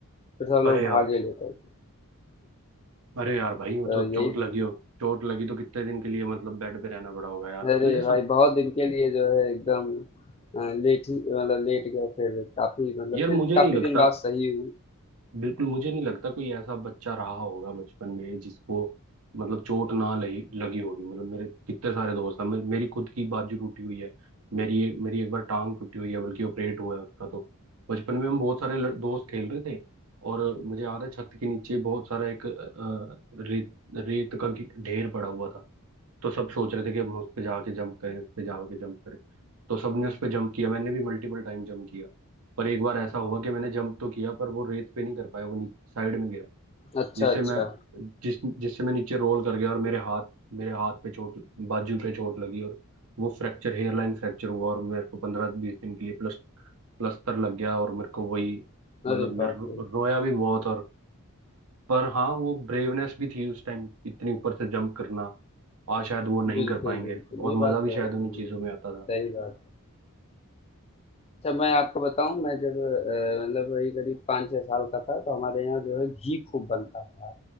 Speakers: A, on the left; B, on the right.
A: फिर सब
B: अरे
A: लोग भागे
B: यार
A: लेकर के
B: अरे यार भाई वो
A: तो
B: तो चोट
A: यही
B: लगी हो चोट लगी तो कितने दिन के लिए मतलब बेड पे रहना पड़ा होगा यार
A: अरे
B: तो ये सब
A: भाई बहुत दिन के लिए जो है एकदम अ, लेट ही मतलब लेट गए फिर काफी मतलब
B: यार
A: फिर
B: मुझे
A: काफी
B: नहीं लगता
A: दिन बाद सही हुई
B: बिल्कुल मुझे नहीं लगता कोई ऐसा बच्चा रहा होगा बचपन में जिसको मतलब चोट ना लगी लगी होगी मतलब मेरे कितने सारे दोस्त हैं मे- मेरी खुद की बाजू टूटी हुई है मेरी एक मेरी एक बार टांग टूटी हुई है बल्कि ऑपरेट हुआ है उसका तो बचपन में हम बहुत सारे ल- दोस्त खेल रहे थे और मुझे याद है छत के नीचे बहुत सारा एक अ, रेत रेत का गि- ढेर पड़ा हुआ था तो सब सोच रहे थे कि हम उस पे जाके जंप करें उस पे जाके जंप करें तो सबने उस पे जंप किया मैंने भी मल्टीपल टाइम जंप किया पर एक बार ऐसा हुआ कि मैंने जंप तो किया पर वो रेत पे नहीं कर पाया वो साइड में गिरा
A: अच्छा
B: जिससे
A: अच्छा
B: मैं जिस जिससे मैं नीचे रोल कर गया और मेरे हाथ मेरे हाथ पे चोट बाजू पे चोट लगी और वो फ्रैक्चर हेयरलाइन फ्रैक्चर हुआ और मेरे को पंद्रह बीस दिन के लिए प्लस प्लस्तर लग गया और मेरे को वही मतलब
A: अरे
B: मैं
A: बाप
B: रो,
A: रे
B: रोया भी बहुत और पर हाँ वो ब्रेवनेस भी थी उस टाइम इतने ऊपर से जंप करना आज शायद वो नहीं
A: बिल्कुल
B: कर पाएंगे
A: बिल्कुल
B: और
A: ये बात
B: मजा भी
A: तो
B: शायद
A: अच्छी
B: उन्हीं चीजों
A: है सही
B: में आता था
A: बात अच्छा मैं आपको बताऊं मैं जब अ, मतलब वही करीब पाँच छह साल का था तो हमारे यहाँ जो है घी खूब बनता था